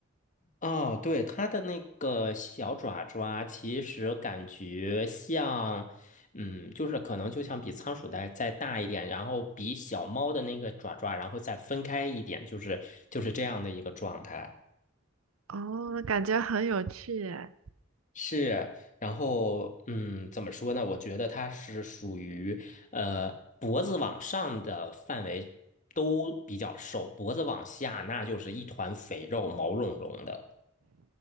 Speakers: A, on the left; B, on the right.
A: 啊，对，它的那个小爪爪，其实感觉像，嗯，就是可能就像比仓鼠的再大一点，然后比小猫的那个爪爪，然后再分开一点，就是就是这样的一个状态。
B: 哦，感觉很有趣耶。
A: 是，然后嗯，怎么说呢？我觉得它是属于呃脖子往上的范围都比较瘦，脖子往下那就是一团肥肉，毛茸茸的。